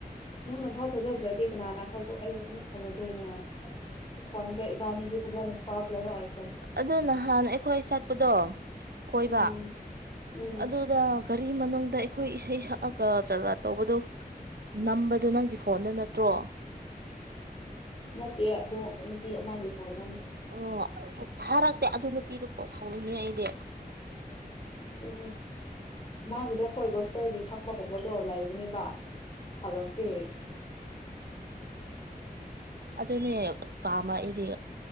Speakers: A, on the left; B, on the right.
A: ꯅꯪꯅ ꯐꯥꯎ ꯊꯥꯖꯗ꯭ꯔꯗꯤ ꯀꯅꯥꯅ ꯑꯩꯈꯣꯏꯕꯨ ꯑꯩꯕꯨ ꯑꯃꯨꯛ ꯐꯖꯗꯣꯏꯅꯣ ꯍꯣꯟꯒ ꯏꯕꯥꯅꯤꯗꯤ ꯀꯁ ꯂꯩꯦ ꯍ
B: ꯑꯗꯨ ꯅꯍꯥꯟ ꯑꯩꯈꯣꯏ ꯆꯠꯄꯗꯣ ꯀꯣꯏꯕ
A: ꯎꯝ ꯎꯝ
B: ꯑꯗꯨꯗ ꯔꯤ ꯃꯅꯨꯡꯗꯗ ꯑꯩꯈꯣꯏ ꯏꯁꯩ ꯁꯛꯑꯒ ꯖꯒꯥ ꯇꯧꯕꯗꯨꯣ ꯅꯝꯕꯗꯨꯣ ꯅꯪꯒꯤ ꯐꯣꯟꯗ ꯅꯠꯇ꯭ꯔꯣ <unintelligible>
A: ꯅꯠꯇꯦ ꯑꯗꯣ ꯅꯨꯄꯤ ꯑꯃꯒꯤ ꯐꯣꯟꯗꯅꯤ
B: ꯑꯣ ꯁ ꯊꯥꯔꯛꯇꯦ ꯑꯗꯨ ꯅꯨꯄꯤꯗꯣ ꯀꯣ ꯁꯥꯎꯅꯤꯡꯉꯦ ꯑꯩꯗꯤ
A: ꯑꯗꯨꯏꯅꯦ ꯃꯥꯒꯤꯗ ꯑꯩꯣꯏ ꯒꯣꯁꯄꯦꯜꯒꯤ ꯁꯛꯄ ꯀꯩꯅꯣꯗꯣ ꯂꯩꯕꯅꯦꯕ ꯐꯔꯀ
B: ꯑꯗꯨꯅꯦ ꯄꯥꯝꯕ ꯑꯩꯗꯤ